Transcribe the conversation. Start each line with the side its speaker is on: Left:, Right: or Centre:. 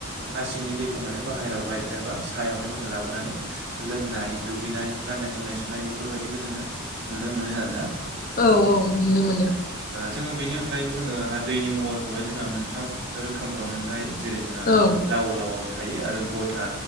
Right: हा सिंनि दै ओ माने बाहेरावहाय एबा सायावहाय जोङो लाबोनानै लोंनाय दुगैनाय गान्नाय जोमनाय सुनाय बेफोर बेफोरबायदिखौ जोङो नुनो मोनो आरो ना?
Left: औ औ नुनो मोनो।
Right: जोङो बेनि अनगायैबो जोङोहा दैनि महरखौहाय जोंहा मोनथाम रोखोमफ्राव मोननो हायो। जेरै जोंहा
Left: औ
Right: लाव लावआव थायो आरो गथा